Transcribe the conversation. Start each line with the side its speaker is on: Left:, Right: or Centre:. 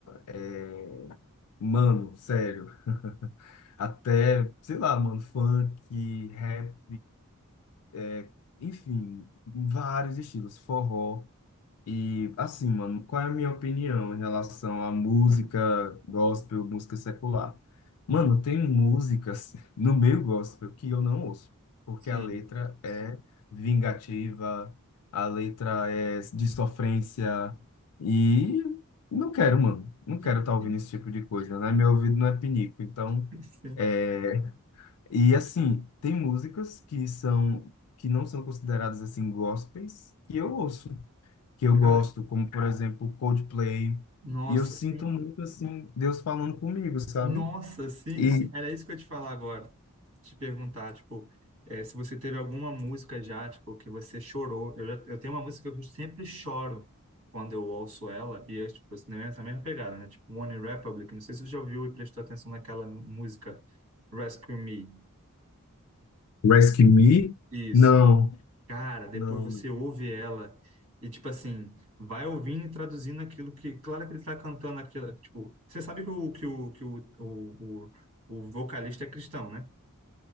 Left: eh, mano, sério. Até, sei lá, mano, funk, rap. é, enfim, vários estilos, forró. E assim, mano, qual é a minha opinião em relação à música gospel, música secular? Mano, tem músicas <laughs> no meio gospel que eu não ouço, porque
Right: sim
Left: a letra é vingativa, a letra é de sofrência, e não quero, mano, não
Right: sim
Left: quero estar ouvindo
Right: sim
Left: esse tipo de coisa, né? Meu ouvido não é pinico, então.
Right: <laughs> sim.
Left: É, e assim, tem músicas que são que não são consideradas assim gospels, que eu ouço, que eu
Right: cara
Left: gosto, como por exemplo, Coldplay,
Right: nossa
Left: e eu sinto
Right: sim.
Left: muito assim Deus falando comigo, sabe?
Right: Nossa, sim,
Left: E
Right: sim. Era isso que eu ia te falar agora. Te perguntar, tipo, eh, se você teve alguma música já, tipo, que você chorou. Eu, já- eu tenho uma música que eu sempre choro quando eu ouço ela, e é, tipo, assim, nessa mesma pegada, né? Tipo, One Republic. Não sei se você já ouviu e prestou atenção naquela música Rescue Me.
Left: Rescue Me?
Right: Isso.
Left: Não,
Right: Cara, depois
Left: não.
Right: você ouve ela e, tipo assim, vai ouvindo e traduzindo aquilo que. Claro que ele tá cantando aquilo. Tipo, você sabe que o, que o, que o, o, o o vocalista é cristão, né?